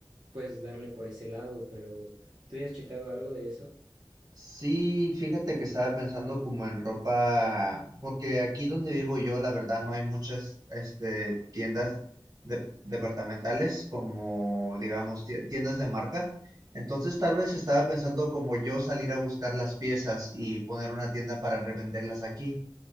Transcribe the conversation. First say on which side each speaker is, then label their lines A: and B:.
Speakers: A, on the right; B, on the right.
A: puedes darle por ese lado, pero ¿tú ya has checado algo de eso?
B: Sí, fíjate que estaba pensando como en ropa, porque aquí donde vivo yo, la verdad, no hay muchas, este, tiendas de- departamentales como, digamos, tie- tiendas de marca. Entonces, tal vez estaba pensando como yo salir a buscar las piezas y poner una tienda para revenderlas aquí,